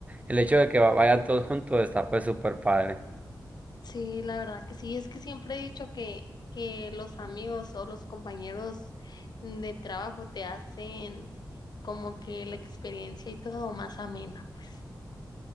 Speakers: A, on the right; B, on the left.
A: el hecho de que va- vayan todos juntos está pues súper padre.
B: Sí, la verdad que sí, es que siempre he dicho que, que los amigos o los compañeros de trabajo te hacen como que la experiencia y todo más amena, pues.